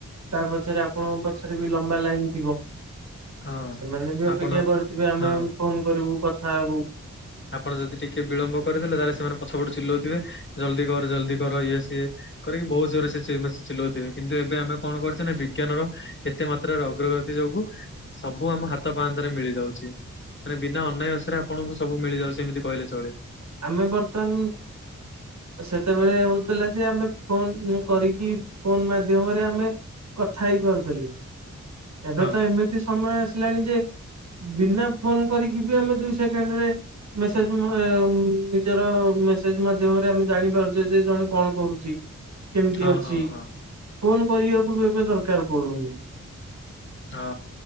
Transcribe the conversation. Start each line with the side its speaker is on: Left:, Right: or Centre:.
Right: ତା ପଛରେ ଆପଣଙ୍କ ପଛରେ ବି ଲମ୍ବା ଲାଇନ ଥିବ।
Left: ହଁ
Right: ସେମାନେ ବି ଅପେକ୍ଷା
Left: ଆପଣ
Right: କରିଥିବେ ଆମେ
Left: ହଁ
Right: ଏମ ଫୋନ କରିବୁ କଥା ହେବୁ।
Left: ଆପଣ ଯଦି ଟିକେ ବିଳମ୍ବ କରିଦେଲେ ତାହେଲେ ସେମାନେ ପଛପଟୁ ଚିଲଉଥିବେ ଜଲ୍ଦି କର, ଜଲ୍ଦି କର ଇଏ ସିଏ। କରିକି ବହୁତ ଜୋର ସେ ଚିଲଉଥିବେ। କିନ୍ତୁ ଏବେ ଆମେ କଣ କରଛେ ନା ବିଜ୍ଞାନର ଏତେ ମାତ୍ରାରେ ଅଗ୍ରଗତି ଯୋଗୁ ସବୁ ଆମ ହାତ ପାହାନ୍ତରେ ମିଳି ଯାଉଛି। ମାନେ ବିନା ଅନାୟସରେ ଆପଣଙ୍କୁ ସ ସବୁ ମିଳିଯାଉଛି ଏମିତି କହିଲେ ଚଳେ।
Right: ଆମେ ବର୍ତ୍ତମାନ ସେତେବେଳେ ହଉଥିଲା ଯେ ଆମେ ଫୋନ କରିକି ଫୋନ ମାଧ୍ୟମରେ ଆମେ କଥା ହେଇ ପାରୁଥିଲି। ଏବେ
Left: ହଁ।
Right: ତ ଏମିତି ସମୟ ଆସିଲାଣି ଯେ ବିନା ଫୋନ କରିକି ବି ଆମେ ଦୁଇ ସେକେଣ୍ଡ ରେ ମେସେଜ ମ ଉଁ ନିଜର ମେସେଜ ମାଧ୍ୟମରେ ଆମେ ଜାଣିପାରୁଛେ ଯେ ଜଣେ କଣ କରୁଚି? କେମିତି
Left: ହଁ
Right: ଅଛି?
Left: ହଁ ହଁ
Right: ଫୋନ କରିବାକୁ ବି ଏବେ ଦରକାର ପଡୁନି।
Left: ହଁ